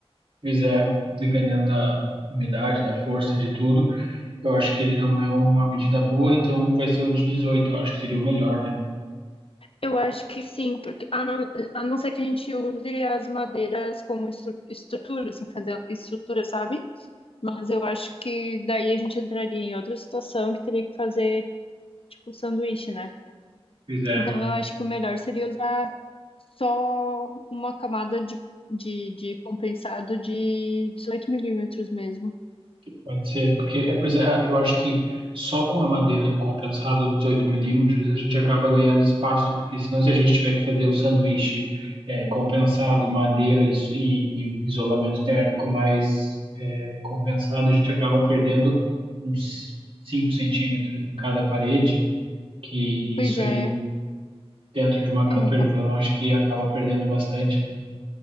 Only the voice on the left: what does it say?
Eu acho que sim, porque a não, a não ser que a gente use as madeiras como estru- estrutura, assim, fazer estrutura, sabe? Mas eu acho que daí a gente entraria em outra situação que teria que fazer, tipo, sanduíche, né?
Então eu acho que o melhor seria usar só uma camada de, de, de compensado de 18 milímetros mesmo.
Pois
é,
é,